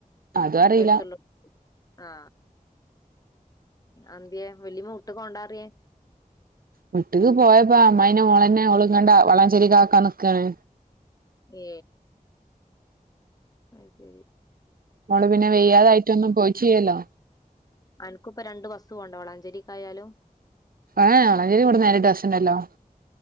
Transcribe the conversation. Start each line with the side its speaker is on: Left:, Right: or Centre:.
Right: അതും അറിയില്ല
Left: എടുത്തുള്ളൂ ആ അന്ത്യെ <unintelligible> മുട്ട് കൊണ്ടാറിയേ
Right: മുട്ട്ക്ക് പോയപ്പോ അമ്മായിന്റെ മോളെനെ ഓള് കണ്ട് വളാഞ്ചേരി കാക്കാൻ നിക്കാണ്
Left: ഏ അയ് ശെരി
Right: ഓള് പിന്നെ വെയ്യാതായിട്ടൊന്നും പോയിചില്ലല്ലോ
Left: അനക്പ്പ രണ്ട് വസ്തുവൊണ്ട വളാഞ്ചേരിക്കായാലും
Right: ഏ വളഞ്ചേരി കൂടെ നേരിട്ട് ബസ്ണ്ടല്ലോ